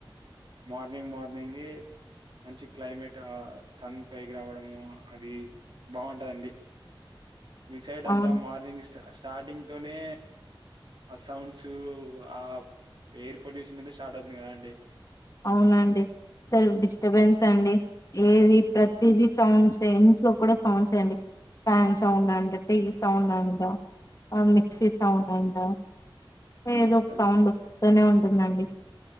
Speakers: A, on the right; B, on the left.
A: మార్నింగ్ మార్నింగ్ ఏ మంచి క్లైమేట్ సన్ పైకి రావడము అది బాగుంటదండి ఈ సైడ్ అంతా
B: అవును
A: మార్నింగ్స్ స్ట స్టార్టింగ్ తోనే ఆ సౌండ్స్ ఆ ఎయిర్ పొల్యూషన్తనే స్టార్ట్ అవుతుంది కదండి
B: అవునండి సరే డిస్టర్బెన్స్ అండి ఏది ప్రతిదీ సౌండ్స్ సే ఇంట్లో కూడా సౌండ్స్ సేనండి ఫ్యాన్ సౌండ్ అంట టీవీ సౌండ్ అంట మిక్సీ సౌండ్ అంట ఏదో ఒక
A: అదే
B: సౌండ్ వస్తూనే ఉంట ఉందండి